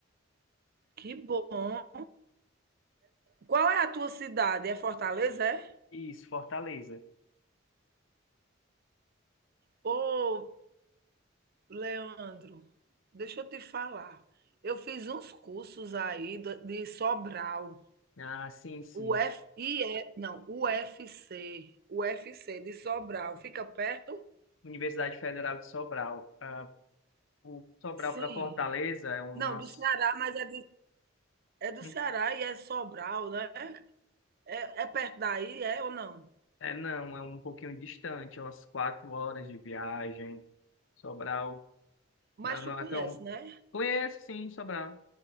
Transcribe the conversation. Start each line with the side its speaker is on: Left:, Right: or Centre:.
Right: Que bom. Qual é a tua cidade? É Fortaleza, é?
Left: Isso, Fortaleza.
Right: Ô, Leandro, deixa eu te falar. Eu fiz uns cursos aí do- de Sobral.
Left: Ah, sim, sim.
Right: O F, I e não, U F C, U F C de Sobral. Fica perto?
Left: Universidade Federal de Sobral. Ah, o Sobral
Right: Sim.
Left: para Fortaleza é umas.
Right: Não, do Ceará, mas é, de- é do
Left: hum,
Right: Ceará e é Sobral, né? É, é perto daí, é ou não?
Left: É, não, é um pouquinho distante, é umas quatro horas de viagem. Sobral.
Right: Mas
Left: Não, não,
Right: tu conhece,
Left: então,
Right: né?
Left: conheço sim Sobral.